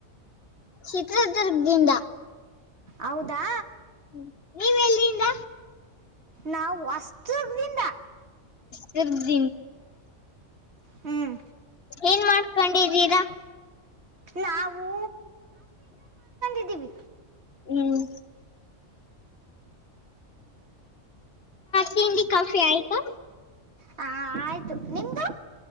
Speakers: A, on the left; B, on the right.
A: ಚಿತ್ರದುರ್ಗದಿಂದ
B: ಹೌದಾ
A: ಹ್ಮ ನೀವೆ ಎಲ್ಲಿಂದ
B: ನಾವು ವಸ್ದನಿಂದ
A: ತಿರ್ದ
B: ಹ್ಮ್
A: ಏನ್ ಮಾಡ ಕೊಂಡಿದೀರಾ
B: ನಾವು ದ್ದಿವಿ
A: ಹ್ಮ್ ತಿಂಡಿ ಕಾಫಿ ಆಯ್ತಾ
B: ಹಾ ಆಯ್ತು ನಿಮ್ದು